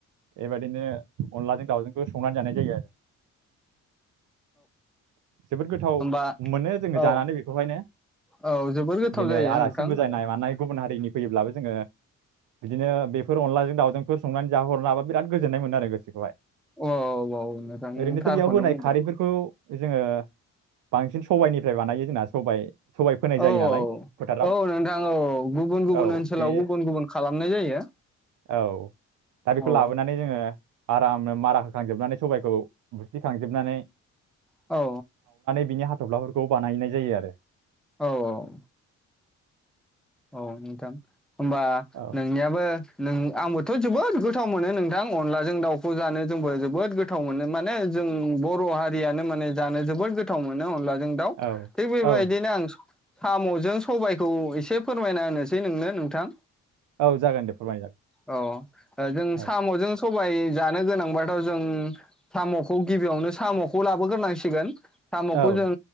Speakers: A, on the right (about 80°); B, in the centre.
A: बेबायदिनो अनलाजों दाउजोंखौ संनानै जानाय जायो आरो जोबोद गोथाव
B: होमबा
A: मोनो जोङो
B: औ
A: जानानै बेखौहायनो
B: औ जोबोर गोथाव
A: दिनै
B: जायो
A: आलासि
B: नोंथां
A: बुजायनाय
B: औ
A: मानाय गुबुन हारि नि फैयोब्लाबो जोङो बिदिनो बेफोर अनलाजों दावजोंफोर संनानै जाहरनो हाबा बिराद गोजोन्नाय मोनो आरो गोसोखौहाय
B: ओउ ओउ नोंथां
A: ओरैनोथ'
B: नों थारखौनो
A: बेयाव होनाय
B: बुंदों
A: खारैफोरखौ जोङो बांसिन सबाइनिफ्राय बानायो जोंना सबाइ सबाइ फोनाय
B: औ
A: जायो
B: औ
A: नालाय फोथाराव
B: औ औ नोंथां औ गुबुन
A: औ
B: गुबुन ओनसोलाव
A: बे
B: गुबुन गुबुन खालामनाय जायो।
A: औ दा बेखौ
B: औ
A: लाबोनानै जोङो आरामनो मारा होखांजोबनानै सबायखौ बोखांजोबनानै
B: औ
A: बिनि हाथफ्लाफोरखौ बानायनाय जायो आरो
B: औ औ औ नोंथां होनबा
A: औ
B: नोंनियाबो नों आंबो थ जोबोद गोथाव मोनो नोंथां अनलाजों दाउखौ जानो जोंबो जोबोद गोथाव मोनो माने जों बर हारियानो माने जानो जोबोद गोथाव मोनो अनलाजों जों दाउ
A: औ
B: थिग बेबायदिनो
A: औ नोंथां
B: आं साम'जों सबायखौ एसे- फोरमायना होनोसै नोंनो नोंथां।
A: औ जागोन दे फोरमाय जागोन
B: औ जों
A: औ
B: साम'जों- सबाय जानो गोनांबाथ जों साम'खौ गिबियावनो साम'खौ लाबोग्रोनांसिगोन। साम'खौ
A: औ
B: जों